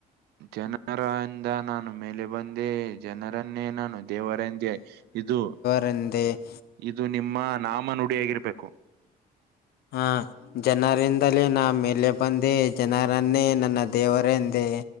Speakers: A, on the right; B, on the left.
A: ಜನರಂದ ನಾನು ಮೇಲೆ- ಬಂದೇ ಜನರನ್ನೇ ನಾನು ದೇವರೆಂದೇ ಇದು-
B: ರಂದೆ -
A: ಇದು ನಿಮ್ಮ ನಾಮ ನುಡಿಯಾಗಿರ್ಬೇಕು.
B: ಹ್ಮ- ಜನರಿಂದಲೇ ನಾ ಮೇಲೆ ಬಂದೆ ಜನರನ್ನೇ ನನ್ನ ದೇವರೆಂದೇ-